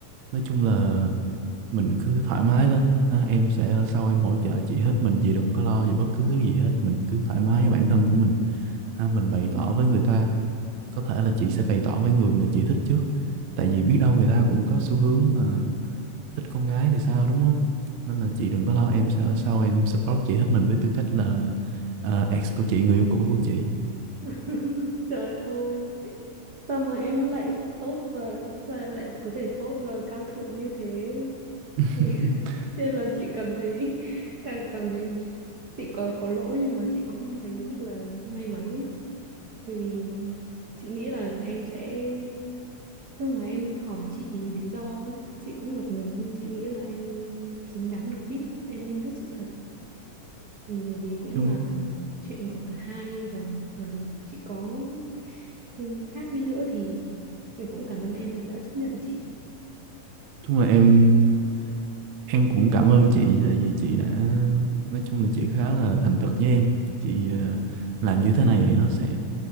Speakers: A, on the right; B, on the right.
A: nói chung là mình cứ thoải mái lên ha, em sẽ ở sau em hỗ trợ chị hết mình chị đừng có lo về bất cứ thứ gì hết mình cứ thoải mái với bản thân của mình ha, mình bày
B: Ừ.
A: tỏ với người ta có thể là chị sẽ bày tỏ với người mà chị thích trước tại vì biết đâu người ta
B: ừ.
A: cũng có xu hướng là thích con gái thì sao
B: Ừ.
A: đúng không nên là chị đừng có lo
B: Ừ.
A: em sẽ ở sau em support chị hết mình với tư cách là ờ, ex của chị người yêu cũ của chị
B: <laughs> Trời ơi, sao mà em lại tốt và sao em lại có thể tốt và cao thượng như thế?
A: <laughs>
B: Thì <laughs> chứ là chị cảm thấy <laughs> càng cảm thấy chị có có lỗi nhưng mà chị cũng thấy rất là may mắn ý. Bởi vì chị nghĩ là em sẽ lúc mà em hỏi chị lý do ấy, chị cũng ngập ngừng nhưng chị nghĩ là em xứng đáng được biết, em nên biết sự thật. vì dù gì cũng
A: chung
B: là chuyện của cả hai và mặc dù chị có ừ, khác đi nữa thì mình cũng cảm ơn em là đã chấp nhận chị
A: chung là em Em cũng cảm ơn chị tại vì chị đã nói chung là chị khá là thành thực với em. Chị ờ, làm như thế này thì nó sẽ